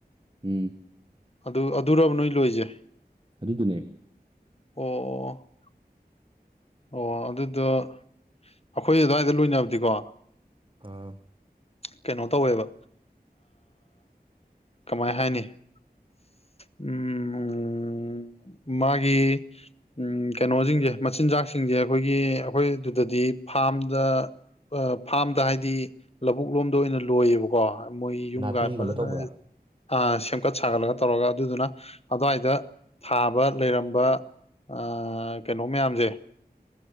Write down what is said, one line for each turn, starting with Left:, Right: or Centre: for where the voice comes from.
Right: ꯎꯝ꯫
Left: ꯑꯗꯨ ꯑꯗꯨꯔꯕ ꯅꯣꯏ ꯂꯣꯏꯁꯦ꯫
Right: ꯑꯗꯨꯗꯨꯅꯦ꯫
Left: ꯑꯣ ꯑꯣ ꯑꯗꯨꯗꯣ ꯑꯩꯈꯣꯏ ꯑꯗꯨꯋꯥꯏꯗ ꯂꯣꯏꯅꯕꯗꯤꯀꯣ
Right: ꯑꯥ
Left: ꯀꯩꯅꯣ ꯇꯧꯋꯦꯕ ꯀꯃꯥꯏ ꯍꯥꯏꯅꯤ ꯎꯝ ꯎꯝ ꯃꯥꯒꯤ ꯎꯝ ꯀꯩꯅꯣꯁꯤꯡꯁꯦ ꯃꯆꯤꯟꯖꯥꯛꯁꯤꯡꯁꯦ ꯑꯩꯈꯣꯏꯒꯤ ꯑꯩꯈꯣꯏ ꯑꯗꯨꯗꯗꯤ ꯐꯥꯔꯝꯗ ꯐꯥꯔꯝꯗ ꯍꯥꯏꯗꯤ ꯂꯧꯕꯨꯛ ꯂꯣꯝꯗ ꯑꯣꯏꯅ ꯂꯣꯏꯌꯦꯕꯀꯣ ꯃꯣꯏ ꯌꯨꯝꯒ
Right: ꯅꯥꯄꯤꯒꯨꯝꯕ
Left: ꯐꯖꯅ
Right: ꯇꯧꯕ꯭ꯔꯥ
Left: ꯑꯃꯥ ꯁꯦꯝꯒꯠ ꯁꯥꯒꯠꯂꯒ ꯇꯧꯔꯒ ꯑꯗꯨꯗꯨꯅ ꯑꯗꯨꯋꯥꯏꯗ ꯊꯥ꯫ ꯂꯩꯔꯝꯕ ꯑꯥ ꯀꯩꯅꯣ ꯃꯌꯥꯝꯁꯦ꯫